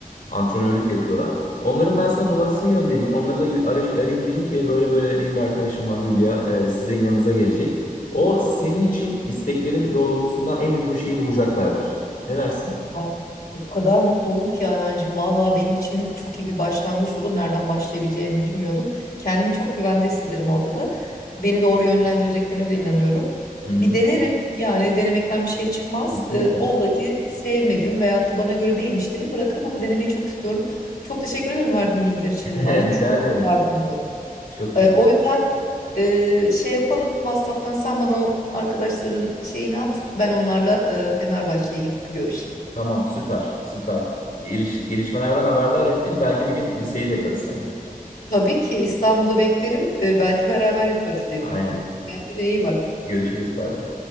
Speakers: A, on the left; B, on the left.
A: Antrenörlük yapıyorlar. Onların ben sana numarasını göndereyim. Onları da gö- arayış- arayayım diyeyim ki böyle böyle benim bir arkadaşım var Hülya e, size yanınıza gelecek. O senin için isteklerin doğrultusunda en uygun şeyi bulacaklardır. Ne dersin?
B: Ay, O kadar mutlu olurum ki Ayhancığım. Vallahi benim için çok iyi bir başlangıç olur. Nereden başlayabileceğimi bilmiyordum. Kendimi çok güvende hissederim orada da. Beni doğru yönlendireceklerine de inanıyorum.
A: Hı hı.
B: Bir denerim. Yani denemekten bir şey çıkmaz.
A: Kesinlikle.
B: Ee, ola ki sevmedim veyahut da bana göre değilmiş derim. Bırakırım ama denemeyi çok istiyorum. Çok teşekkür ederim verdiğin bilgiler için
A: <laughs>
B: de. Bana
A: Rica
B: çok
A: ederim.
B: çok yardımcı oldu.
A: Çok
B: Ee,
A: güzel.
B: o yüzden e, şey yapalım. WhatsApp'tan sen bana o arkadaşların şeyini at. Ben onlarla e, Fenerbahçe'ye gidip bir görüşeyim.
A: Tamam süper süper. Geliş- gelişmelerden haberdar et beni. Belki bir gün bir seyir yaparız seninle.
B: Tabii ki İstanbul'a beklerim. Ee, belki beraber yaparız dediğin
A: Aynen.
B: gibi. Kendine iyi bak.
A: Görüşürüz bay bay.